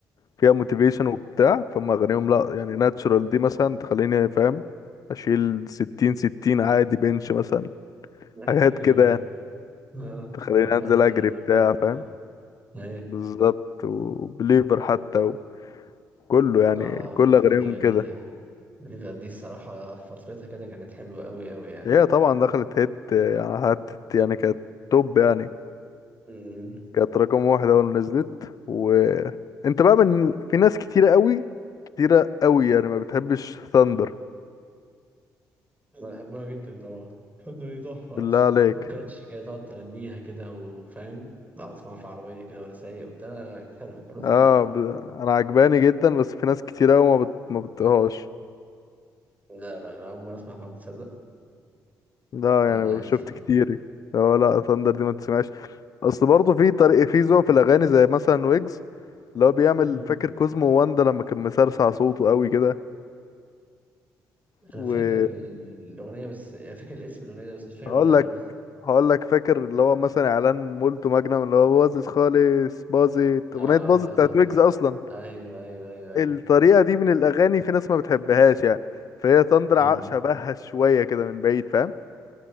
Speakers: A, on the left (about 55°); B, on the right (about 20°).
A: فيها موتيفيشن وبتاع فما اغانيهم لا يعني ناتشورال دي مثلا تخليني فاهم اشيل ستين ستين عادي بنش مثلا
B: <laughs>
A: حاجات
B: ايوه
A: كده
B: أيوة. اه
A: تخليني
B: هو فعلا
A: انزل
B: اغانيهم
A: اجري بتاع
B: جميله
A: فاهم
B: ايوه
A: بالظبط وبليفر حتى وكله يعني
B: اه بليفر
A: كل اغانيهم
B: دي جميله
A: كده
B: بليفر دي الصراحه في فترتها كده كانت حلوه قوي قوي يعني
A: هي طبعا دخلت هيت يعني حتت يعني كانت توب يعني
B: امم
A: كانت رقم واحد اول ما نزلت وانت بقى من في ناس كتيرة قوي كتيرة قوي يعني ما بتحبش ثاندر
B: انا بحبها جدا طبعا فندق دي تحفه
A: بالله
B: اصلا
A: عليك
B: وكاتشي كده تقعد تغنيها كده وفاهم اقعد اسمعها في العربيه كده وانا سايق وبتاع لا، لا، كانت حلوه حلوه فندق
A: اه
B: أوي.
A: ب... انا عجباني جدا بس في ناس كتيرة قوي ما بت... ما بتطيقهاش
B: لا لا انا اول مره اسمع حوار ده، تصدق
A: لا
B: لا انا
A: يعني
B: عادي
A: شفت كتير لا لا ثاندر دي ما تسمعش اصل برضه في طريق في ذوق في الاغاني زي مثلا ويجز اللي هو بيعمل
B: مم.
A: فاكر كوزمو واندا لما كان مسرسع صوته قوي كده
B: انا
A: وهقول
B: فاكر الاغنيه بس فاكر الاسم الاغنيه ده بس مش فاكر
A: لك
B: الاغنيه خالص
A: هقول لك فاكر اللي هو مثلا اعلان مولتو ماجنم اللي هو باظظ خالص باظت
B: اه
A: اغنيه باظت بتاعت ويجز اصلا
B: ايوه ايوه ايوه ايوه
A: الطريقه دي من الاغاني في ناس ما بتحبهاش يعني فهي تندر
B: مم.
A: ع- شبهها شويه كده من بعيد فاهم